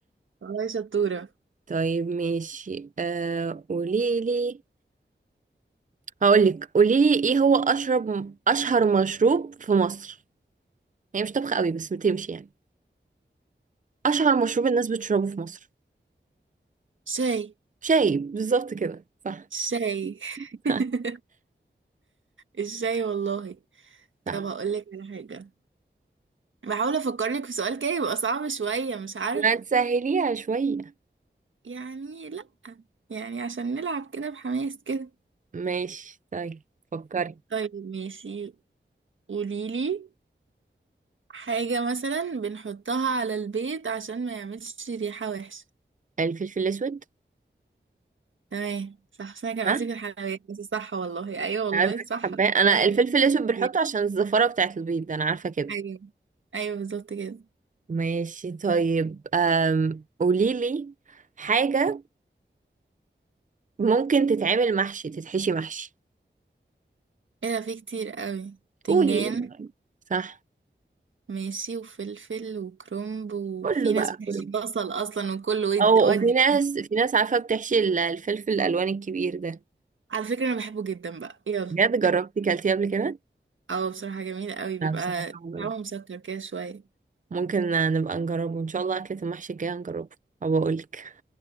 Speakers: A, on the right; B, on the right.
A: والله شطورة
B: طيب ماشي آه قوليلي هقولك قوليلي ايه هو اشرب اشهر مشروب في مصر هي مش طبخة قوي بس بتمشي يعني اشهر مشروب الناس بتشربه في مصر
A: شاي
B: شاي بالظبط كده صح
A: شاي
B: <laughs>
A: <laughs> الشاي والله
B: صح
A: طب هقول لك على حاجة بحاول افكر لك في سؤال كده يبقى صعب شوية مش عارفة
B: ما تسهليها شوية
A: يعني لا يعني عشان نلعب كده بحماس كده
B: ماشي طيب فكري
A: طيب ماشي قوليلي حاجة مثلا بنحطها على البيت عشان ما يعملش ريحة وحشة
B: الفلفل الأسود
A: تمام صح بس انا كان
B: ها
A: قصدي في الحلويات بس صح والله ايوه والله
B: عايزك
A: صح
B: حباه
A: أنا
B: أنا
A: كان
B: الفلفل
A: قصدي
B: الأسود
A: في
B: بنحطه
A: الحلويات.
B: عشان الزفارة بتاعة البيض أنا عارفة كده
A: ايوه ايوه بالظبط كده
B: ماشي طيب أم... قوليلي حاجة ممكن تتعمل محشي تتحشي محشي
A: ايه ده في كتير قوي تنجان
B: قولي قولي صح
A: ماشي وفلفل وكرنب وفي
B: كله
A: ناس
B: بقى
A: بتحشي
B: كله
A: بصل اصلا وكله ود
B: أو
A: ودي
B: وفي ناس في ناس عارفة بتحشي ال- الفلفل الألوان الكبير ده
A: على فكرة انا بحبه جدا بقى يلا
B: بجد جربتي كلتيه قبل كده؟
A: اه بصراحة جميل قوي بيبقى
B: لا بصراحة ما
A: طعمه
B: جربت.
A: مسكر كده شوية
B: ممكن نبقى نجربه إن شاء الله أكلة المحشي الجاية نجربه أو أقولك